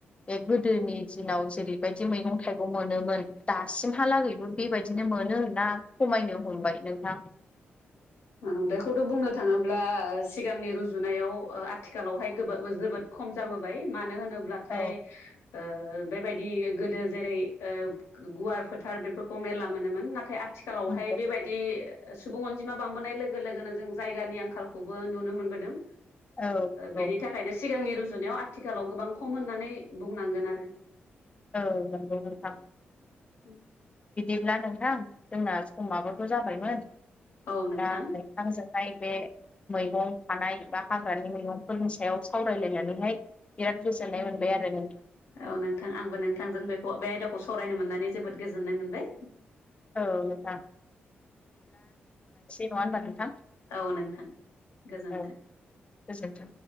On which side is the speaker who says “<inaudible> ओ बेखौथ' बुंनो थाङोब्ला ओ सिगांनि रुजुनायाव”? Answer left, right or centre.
Left